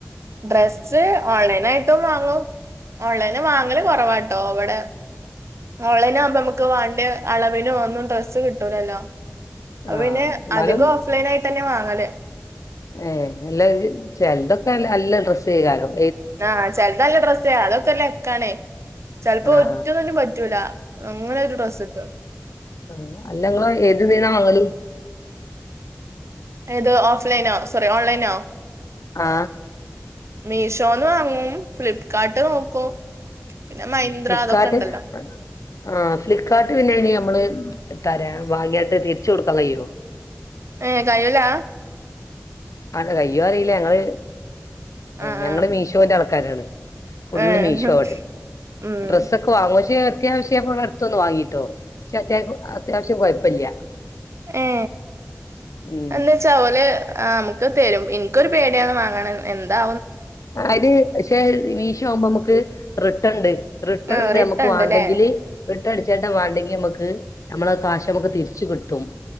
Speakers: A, on the right; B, on the left.
A: ഡ്രസ്സ് ഓൺലൈനായിട്ടും വാങ്ങും ഓൺലൈ വാങ്ങല് കുറവാട്ടോ വടെ ഓണ്ലൈനവുമ്പോ നമുക്ക് വാണ്ട്യ അളവിനും ഒന്നും ഡ്രസ്സ് കിട്ടൂലല്ലോ. അപ്പ
B: ആ
A: പിന്നെ
B: എന്നാലും
A: അധികം ഓഫ്ലൈൻയിട്ടന്നെ വാങ്ങൽ.
B: ഏ അല്ല ചെലതൊക്കെല്ല അല്ല ഡ്രസ്സയ്കാരം.
A: ആഹ് ചെലതല്ല ഡ്രസ്സയ്ക്കാരം അതൊക്കെല്ലക്കാണേ. ചെൽപ്പോ
B: ആ
A: ഒറ്റന്നിന്നും പറ്റൂല അങ്ങനെ ഒരു ഡ്രസ് ഇട്ട്
B: ആ അല്ലങ്ങൾ ഏത് തീന്നാ വാങ്ങൽ?
A: അത് ഓഫ്ലൈനോ സോറി ഓൺലൈനാ?
B: ആ.
A: മീഷോന്ന് വാങ്ങും ഫ്ലിപ്കാർട്ട് നോക്കും. പിന്നെ മൈന്ത്ര
B: ഫ്ലിപ്കാർട്ട്
A: അതൊക്കെ ഇണ്ടല്ലോ
B: ആ ഫ്ലിപ്കാർട്ട് പിന്നെന് നമ്മള് തരാ വാങ്ങയിട്ട് തിരിച്ചൊടുക്കാൻ കയ്യോ?
A: ഏ കയ്ലാ?
B: ആ കയ്യോറില ഞങ്ങള്
A: ആഹ്
B: ഞങ്ങള്
A: ആഹ്
B: മീശോന്റെൾക്കാരാണ്. ഫുള്ള്
A: ഏഹ്
B: മീശോ വ്ടെ.
A: ഉം
B: ഡ്രസ്സക്കെ വാങ്ങും ചെയ് അത്യാവശ്യം അപ്പടുത്തൊന്ന് വാങ്ങിട്ടോ. പക്ഷെ അത്യാവ അത്യാവശ്യ കൊയ് പ്പല്ല്യാ.
A: ഏ
B: ഉം
A: എന്താച്ച അവല് നമുക്ക് തരും. ക്കൊരു പേടിയാ വാങ്ങണ എന്താ
B: അത് ക്ഷെ മീശാവുമ്പോ നമക്ക് റിട്ടൺണ്ട്. റിട്ടേൺണ്ട്
A: ആഹ് റിട്ടൺ
B: നമ്മുക്ക്
A: ഉണ്ട്ല്ലേ
B: വാണ്ടെങ്കില് റിട്ടണടിച്ചിട്ട് വേണ്ടങ്കിമക്ക് നമ്മളെ കാശമക്ക് തിരിച്ച് കിട്ടും.